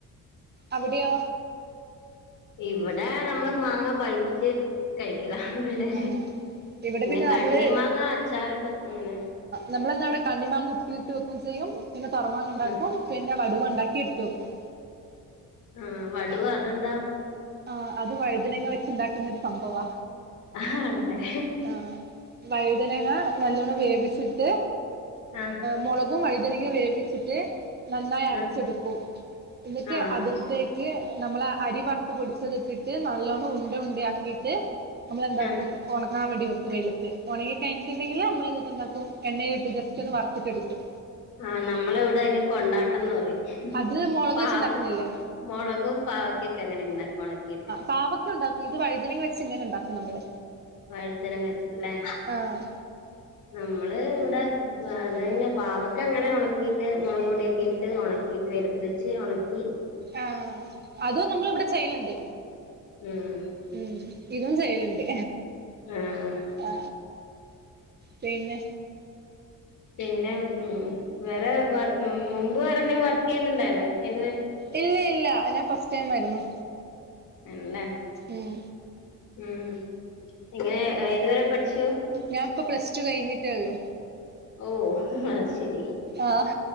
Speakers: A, on the right; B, on the left.
A: അവിടെയോ
B: ഇവിടെ നമ്മള് മാങ്ങ പഴുപ്പിച്ച് കഴിക്കല ലൊ
A: ആണോ ഇവിടെ
B: പിന്നെ കണ്ണി
A: നമ്മള്
B: മാങ്ങ അച്ചാർ ഇടും ഉം
A: നമ്മളന്നവിടെ കണ്ണിമാങ്ങ ഉപ്പിലിട്ട് വയ്ക്കും ചെയ്യും പിന്നെ തോറമാങ്ങ ഉണ്ടാക്കും
B: ഉം
A: പിന്നെ വടുവ ഉണ്ടാക്കി എടുത്ത് വെക്കും
B: മ് വടുവ അതെന്താ
A: ആഹ് അത് വഴുനങ്ങ വെച്ചുണ്ടാക്കുന്ന ഒരു സംഭവാ
B: ആ അതെ
A: ആഹ് വഴുതനേങ്ങ നല്ലോണം വേവിച്ചിട്ട്
B: ആഹ്
A: മുള പും വഴുതനങ്ങ വേവിച്ചിട്ട് നന്നായി അരച്ചെടുക്കും
B: ആഹ്
A: എന്നിട്ട്
B: ആഹ്
A: അതില്ക്ക് നമ്മള അരി വറുത്ത് പൊടിച്ചത് ഇട്ടിട്ട് നല്ലോണം ഉണ്ട ഉണ്ട ആക്കിയിട്ട് നമ്മളെന്താക്കും
B: ആഹ്
A: ഒണങ്ങാൻ വേണ്ടി വക്കും വെയിലത്ത് ഉണങ്ങി കഴിഞ്ഞിട്ടുണ്ടെങ്കിൽ നമ്മൾ എന്നിട്ട് എണ്ടാക്കും എണ്ണയ ഇട്ട് ജസ്റ്റ് ഒന്ന് വറുത്തിട്ട്ടുക്കും
B: ആഹ് നമ്മള വിടെ അയിന് കൊണ്ടാട്ടംന്ന് പറയും
A: അത് മുളക്
B: പാവ
A: വെച്ച് ഉണ്ടാക്കുന്നില്ലേ
B: മോളകും പാവക്കേം ക്കെ അങ്ങനെ ണ്ടാകും ഒണക്കിട്ട്
A: പാവക്കെ ണ്ടാക്കും ഇത് വഴുനങ്ങ വെച്ച് ഇനെ ണ്ടാക്കും നമ്മള്
B: വഴുത്തനങ്ങ വെച്ചിട്ട്ല്ലേ
A: ആഹ്
B: നമ്മള് വിടെ അതന്നേ പാവക്ക അങ്ങനെ ഉണക്കിയിട്ട് മോളക് പൊടിയൊക്കെ ഇട്ട് ഉണക്കിട്ട് വെയ്ലത്ത് വെച്ച് ഒണക്കി
A: ആഹ് അതും നമ്മൾ ഇവിടെ ചെയ്യല്ണ്ട്
B: ഉം
A: ഉംമ് ഇതും ചെയ്യലുണ്ട്
B: ആഹ്
A: അ പിന്നെ
B: പിന്നെ ഉം വേറെ വർ ഉം മുമ്പ് വേറെ എന്തെങ്ക്‌ വർക്ക് യെയ്ന്ന്ണ്ടായിന്നോ ഏത്
A: ഇല്ല ഇല്ല ഞാൻ ഫസ്റ്റ് ടൈം ആയിരുന്നു
B: ആണല്ലേ
A: ഉം
B: ഉം ഇങ്ങനെ ഏതുവരെ പഠിച്ചു
A: ഞാൻപ്പം പ്ലസ് ടു കഴിഞ്ഞിട്ടേള്ളു
B: ഓ അഹ് ശെരി
A: ആഹ്